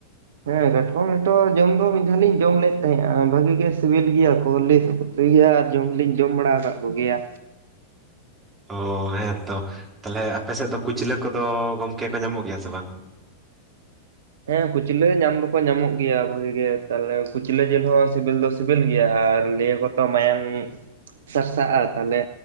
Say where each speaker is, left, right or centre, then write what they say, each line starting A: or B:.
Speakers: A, on the right (about 60°); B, on the right (about 20°).
A: ᱦᱮᱸ ᱠᱟᱴᱠᱚᱢ ᱞᱮᱴᱚ ᱡᱚᱢ ᱫᱚ ᱢᱤᱫ ᱫᱷᱟᱣ ᱞᱤᱧ ᱡᱚᱢ ᱞᱮᱫ ᱛᱟᱦᱮᱜᱼᱟ ᱵᱷᱟᱹᱜᱤ ᱜᱮ ᱥᱤᱵᱤᱞ ᱜᱮᱭᱟ ᱠᱚ ᱞᱟᱹᱭ ᱛᱚᱠᱚ ᱞᱟᱹᱭᱼᱟ ᱟᱨ ᱡᱚᱢ ᱦᱚᱞᱤᱧ ᱡᱚᱢ ᱵᱟᱲᱟ ᱟᱠᱟᱫ ᱠᱚ ᱜᱮᱭᱟ
B: ᱚ ᱦᱮᱸ ᱛᱚ ᱛᱟᱦᱚᱞᱮ ᱟᱯᱮ ᱥᱮᱫ ᱫᱚ ᱠᱩᱪᱞᱟ ᱠᱚ ᱫᱚ ᱜᱚᱝᱠᱮ ᱠᱚ ᱧᱟᱢᱚᱜ ᱜᱮᱭᱟ ᱥᱮ ᱵᱟᱝ
A: ᱦᱮᱸ ᱠᱩᱪᱞᱟᱹ ᱧᱟᱢ ᱫᱚ ᱠᱚ ᱧᱟᱢᱚᱜ ᱜᱮᱭᱟ ᱵᱷᱟᱹᱜᱤ ᱜᱮ ᱛᱟᱦᱞᱮ ᱠᱩᱪᱞᱟᱹ ᱡᱤᱞ ᱦᱚᱸ ᱥᱤᱵᱤᱞ ᱫᱚ ᱥᱤᱵᱤᱞ ᱜᱮᱭᱟ ᱟᱨ ᱞᱟᱹᱭ ᱟᱠᱚ ᱛᱚ ᱢᱟᱭᱟᱝ ᱥᱟᱨᱥᱟᱜᱼᱟ ᱛᱟᱦᱞᱮ